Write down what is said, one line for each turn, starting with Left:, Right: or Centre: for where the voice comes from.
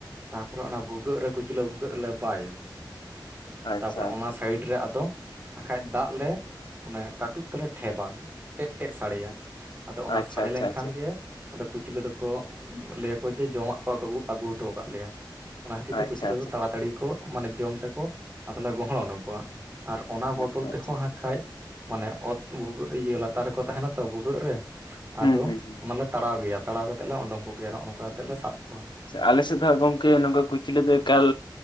Right: ᱛᱟᱯᱚᱨᱮ ᱚᱱᱟ ᱵᱷᱩᱜᱟᱹᱜ ᱨᱮ ᱠᱩᱪᱞᱟᱹ ᱵᱷᱩᱜᱟᱹᱜ ᱨᱮᱞᱮ ᱵᱟᱭᱟ
Left: ᱟᱪᱪᱷᱟ
Right: ᱛᱟᱯᱚᱨᱮ ᱚᱱᱟ
Left: ᱟᱪᱪᱷᱟ
Right: ᱥᱟᱭᱤᱰ ᱨᱮ ᱟᱫᱚ ᱟᱠᱷᱟᱡ ᱫᱟᱜ ᱞᱮ ᱚᱱᱮ ᱠᱟᱹᱴᱩᱵ ᱛᱮᱞᱮ ᱴᱷᱮᱵᱟ᱾ ᱴᱮᱡᱼᱴᱮᱡ ᱥᱟᱲᱮᱭᱟ ᱟᱫᱚ ᱚᱱᱟ
Left: ᱟᱪᱪᱷᱟ
Right: ᱥᱟᱲᱮ
Left: ᱟᱪᱪᱷᱟ
Right: ᱞᱮᱱᱠᱷᱟᱱ
Left: ᱟᱪᱪᱷᱟ
Right: ᱜᱮ ᱟᱫᱚ ᱠᱩᱪᱞᱟᱹ ᱫᱚᱠᱚ ᱞᱟᱹᱭᱟ ᱠᱚ ᱡᱮ ᱡᱚᱢᱟᱜ ᱠᱚ ᱟᱠ-ᱟᱜᱩ ᱟᱹᱜᱩ ᱦᱚᱴᱚᱣ ᱠᱟᱜ ᱞᱮᱭᱟ, ᱚᱱᱟ
Left: ᱟᱪᱪᱷᱟ
Right: ᱠᱷᱟᱹᱛᱤᱨ ᱛᱮ ᱠᱩᱪᱞᱟᱹ
Left: ᱟᱪᱪᱷᱟ
Right: ᱟ ᱛᱟᱹᱲᱤ ᱠᱚ ᱢᱟᱱᱮ ᱡᱚᱢ ᱛᱮᱠᱚ ᱟᱫᱚ ᱞᱮ ᱜᱚᱦᱚᱸᱲ ᱩᱰᱩᱝ ᱠᱚᱣᱟ, ᱟᱨ ᱚᱱᱟ ᱵᱚᱫᱚᱞ
Left: ᱟᱪᱪᱷᱟ
Right: ᱛᱮᱦᱚᱸ
Left: ᱟᱪᱪᱷᱟ
Right: ᱦᱟ ᱠᱷᱟᱡ ᱢᱟᱱᱮ ᱚᱛ ᱵᱷᱩᱜᱟᱹᱜ ᱤᱭᱟᱹ ᱞᱟᱛᱟᱨ ᱨᱮᱠᱚ ᱛᱟᱦᱮᱱᱟ ᱛᱚ ᱵᱷᱩᱜᱟᱹᱜ ᱨᱮ,
Left: ᱦᱩᱸ
Right: ᱟᱫᱚ
Left: ᱦᱩᱸ ᱦᱩᱸ
Right: ᱚᱱᱟ ᱞᱮ ᱛᱟᱲᱟᱣ ᱜᱮᱭᱟ ᱛᱟᱲᱟᱣ ᱠᱟᱛᱮᱜ ᱞᱮ ᱳᱰᱳᱝ ᱠᱚ ᱜᱮᱭᱟ, ᱱᱚᱜᱼᱚ ᱱᱚᱝᱠᱟ ᱠᱟᱛᱮ ᱞᱮ ᱥᱟᱵ ᱠᱚᱣᱟ᱾
Left: ᱟᱞᱮ ᱥᱮᱫ ᱫᱚ ᱜᱚᱝᱠᱮ ᱱᱩᱝᱠᱩ ᱠᱩᱪᱞᱟ. ᱫᱚ ᱮᱠᱟᱞ